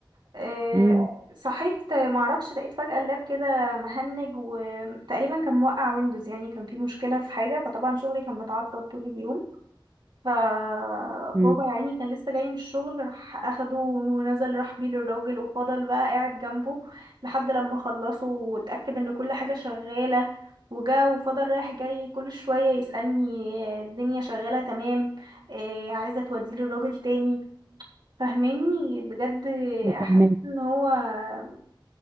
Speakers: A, on the right; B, on the right.
A: إيه
B: امم
A: صحيت معرفش لقيت فجاه اللاب كده مهنج وتقريبا كان موقع ويندوز يعني كان في مشكله في حاجه فطبعا شغلي كان متعطل طول اليوم فبابا
B: امم
A: يا عيني كان لسه جاي من الشغل راح اخده ونزل راح بيه للراجل وفضل بقى قاعد جنبه لحد لما خلصه واتأكد ان كل حاجة شغالة وجا وفضل رايح جاي كل شوية يسألني آه، الدنيا شغالة تمام آه، عايزة توديه للراجل تاني فهماني بجد حسيت
B: فاهمك
A: ان هو آه،